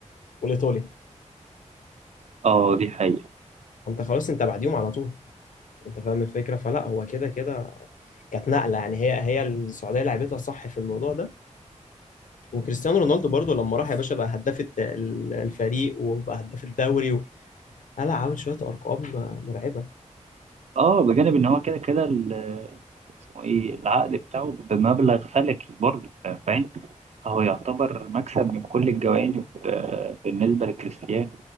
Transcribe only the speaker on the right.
اه دي حقيقة
اه بجانب ان هو كده كده ال- اسمه ايه العقد بتاعه بمبلغ فلكي برضو فاهم فهو يعتبر مكسب من كل الجوانب آه، بالنسبة لكريستيانو